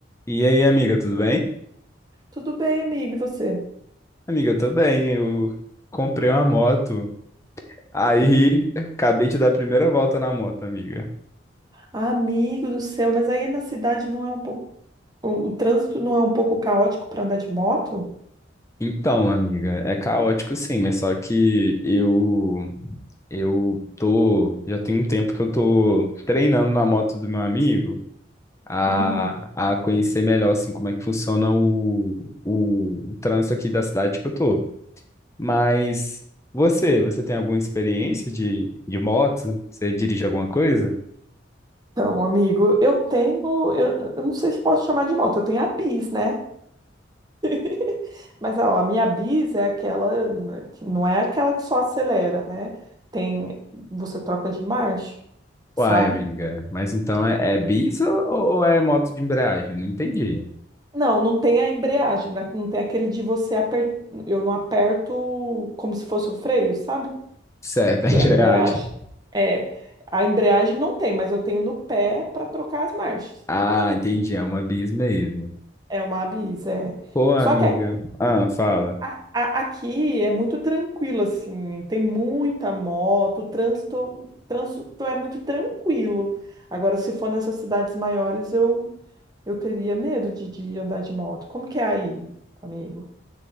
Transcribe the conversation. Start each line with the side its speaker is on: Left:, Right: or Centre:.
Left: E aí, amiga, tudo bem?
Right: Tudo bem, amigo, e você?
Left: Amiga, eu tô bem. Eu comprei uma moto. Aí, acabei de dar a primeira volta na moto, amiga.
Right: Ah, amigo do céu, mas aí na cidade não é um pouco. O, o trânsito não é um pouco caótico para andar de moto?
Left: Então, amiga, é caótico sim, mas só que eu eu tô, já tem um tempo que eu tô treinando na moto do meu amigo a,
Right: Uhum.
Left: a conhecer melhor assim como é que funciona o, o, o trânsito aqui da cidade que eu tô. Mas você, você tem alguma experiência de, de moto? Você dirige alguma coisa?
Right: Então, amigo, eu tenho. Eu, eu não sei se posso chamar de moto, eu tenho a bis, né? <laughs> Mas ó, a minha bis é aquela. né, que Não é aquela que só acelera, né? Tem. Você troca de marcha, sabe?
Left: Uai, amiga, mas então é, é bis ou, ou é moto de embreagem? Não entendi.
Right: Não, não tem a embreagem, né? Não tem aquele de você apertar. Eu não aperto como se fosse o freio, sabe?
Left: Certo,
Right: que
Left: é <laughs> embreagem.
Right: é a embreagem. É, a embreagem não tem, mas eu tenho no pé para trocar as marchas.
Left: Ah, entendi, é uma bis mesmo.
Right: É uma abis, é.
Left: Pô, amiga.
Right: Só que a-
Left: Ah, fala.
Right: a- a- aqui é muito tranquilo, assim, tem muita moto, o trânsito, trânsito é muito tranquilo. Agora, se for nessas cidades maiores, eu, eu teria medo de, de andar de moto. Como que é aí, amigo?